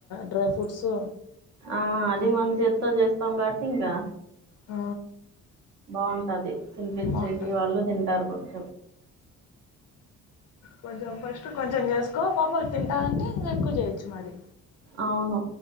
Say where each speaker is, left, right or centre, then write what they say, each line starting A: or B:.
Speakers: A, on the left; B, on the right.
A: డ్రై ఫ్రూట్సు
B: ఆ అది మన చేత్తో చేస్తాం కాట్టి ఇంకా
A: ఆ
B: బాగుంటది తినిపిచ్చేకి
A: బాగుంటుంది
B: వాళ్ళు తింటారు కొంచెం.
A: కొంచెం ఫస్ట్ కొంచెం చేసుకో పాప తింటానంటే ఇంగ ఎక్కువ చేయొచ్చు మరి.
B: అవును